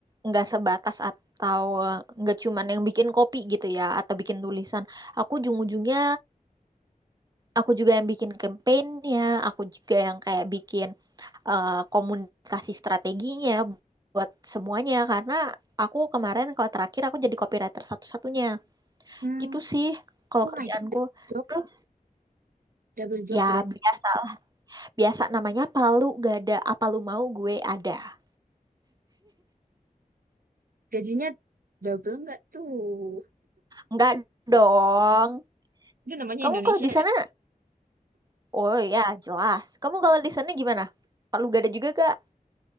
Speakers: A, on the right; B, on the right.
A: nggak sebatas atau nggak cuman yang bikin kopi gitu ya atau bikin tulisan. Aku ujung-ujungnya aku juga yang bikin campaign-nya, aku juga yang kayak bikin eh, komunikasi strateginya buat semuanya karena aku kemarin kalau terakhir aku jadi copywriter satu-satunya.
B: Hmm.
A: Gitu sih kalau
B: Oh
A: kerjaanku.
B: my God, double job,
A: Terus
B: double job
A: ya
B: berarti
A: biasa biasa namanya palu gak ada apa lu mau gue ada.
B: gajinya double nggak tuh?
A: Enggak dong.
B: Itu namanya
A: Kamu
B: Indonesia
A: kalau di sana,
B: ya?
A: oh ya jelas. Kamu kalau di sana gimana? Palu gada juga gak?